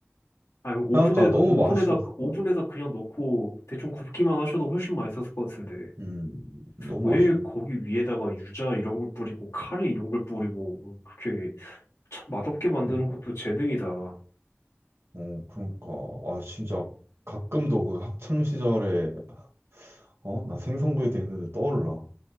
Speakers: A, on the left; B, on the right.
A: 아니, 오븐에다,
B: 그러니까 너무
A: 오븐에다,
B: 아쉬웠어.
A: 오븐에다 그냥 넣고 대충 굽기만 하셔도 훨씬 맛있었을 것 같은데.
B: 음, 너무
A: 왜
B: 아쉬웠어.
A: 거기 위에다가 유자 이런 걸 뿌리고, 카레 이런 걸 뿌리고, 그렇게 참 맛없게 만드는
B: 그러니까,
A: 것도 재능이다.
B: 어, 그러니까 아 진짜 가끔도 그 학창 시절에 어, 나 생선구이 되는데 떠올라.